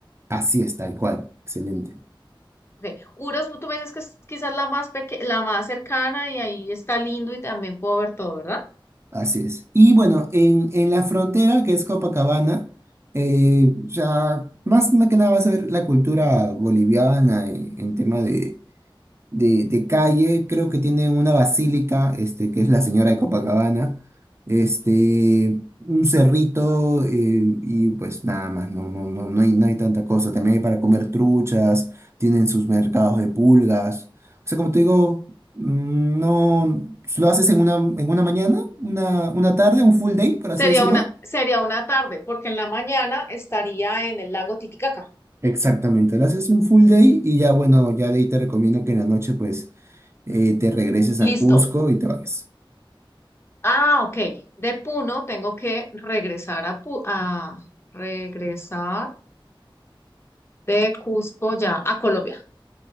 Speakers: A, on the right; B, on the left.
A: Así es, tal cual. Excelente.
B: Ok, Uros, tú me dices que es quizás la más peque- la más cercana y ahí está lindo y también puedo ver todo, ¿verdad?
A: Así es. Y bueno, en, en la frontera, que es Copacabana, eh, ya más más que nada vas a ver la cultura boliviana eh, en tema de de, de calle, creo que tienen una basílica, este, que es la Señora de Copacabana, este, un cerrito, eh, y pues nada más, no, no, no, no hay, no hay tanta cosa. También hay para comer truchas, tienen sus mercados de pulgas. O sea, como te digo, mm, no, lo haces en una, en una mañana, una, una tarde, un full day, por así
B: Sería
A: decirlo.
B: una, sería una tarde, porque en la mañana estaría en el lago Titicaca.
A: Exactamente, lo haces un full day y ya bueno, ya de ahí te recomiendo que en la noche pues eh, te regreses
B: Listo.
A: a Cusco y te vayas.
B: Ah, ok. De Puno tengo que regresar a, Pu- a regresar de Cusco ya a Colombia.